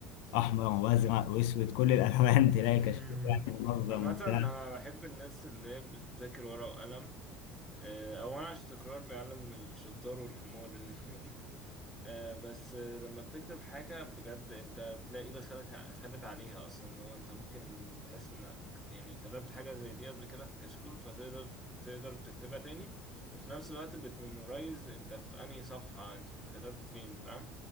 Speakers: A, on the left (about 75°); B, in the centre.
A: أحمر وأزرق وأسود كل الألوان <laughs> تلاقي
B: <laughs>
A: الكشكول يعني منظم
B: عامه
A: وبتاع
B: انا بحب الناس اللي هي بتذاكر ورقه وقلم آه، اولا عشان التكرار بيعلم الشطار والحمار <laughs> الاثنين آه، بس آه، لما بتكتب حاجة بجد انت تلاقي ايدك ع- خدت عليها اصلا ان هو انت ممكن تحس انك يعني كتبت حاجة زي دي قبل كده في كشكول فتقدر تقدر تكتبها تاني وفي نفس الوقت بتميمورايز انت في انهي صفحة انت كنت كتبت فين فاهم